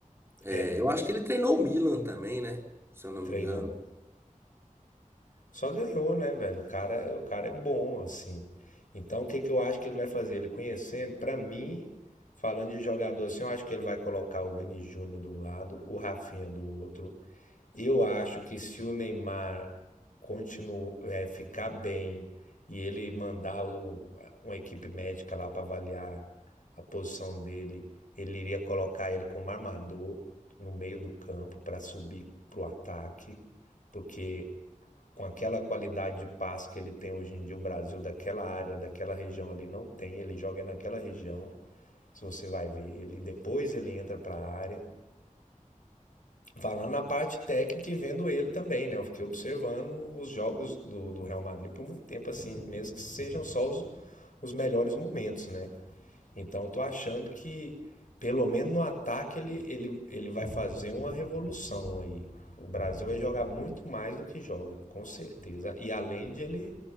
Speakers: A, on the right; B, on the left.
A: É,
B: É,
A: eu acho que ele treinou o Milan também, né? Se eu não
B: treinou.
A: me engano.
B: Só ganhou, né, velho? O cara, o cara é bom, assim. Então, o que que eu acho que ele vai fazer? Ele conhecendo, pra mim, falando de jogador assim, eu acho que ele vai colocar o Vini Júnior do lado, o Rafinha do outro. Eu acho que se o Neymar continuar, ficar bem e ele mandar o- uma equipe médica lá para avaliar a posição dele, ele iria colocar ele como armador no meio do campo para subir pro ataque porque com aquela qualidade de passe que ele tem hoje em dia, o Brasil daquela área, daquela região ali não tem, ele joga naquela região. Se você vai ver ele, depois ele entra para a área. Falando na parte técnica e vendo ele também, né? Eu fiquei observando os jogos do, do Real Madrid por muito tempo, assim, mesmo que sejam só os, os melhores momentos, né? Então eu tô achando que, pelo menos no ataque, ele, ele, ele vai fazer uma revolução aí. O Brasil vai jogar muito mais do que joga, com certeza. E além de ele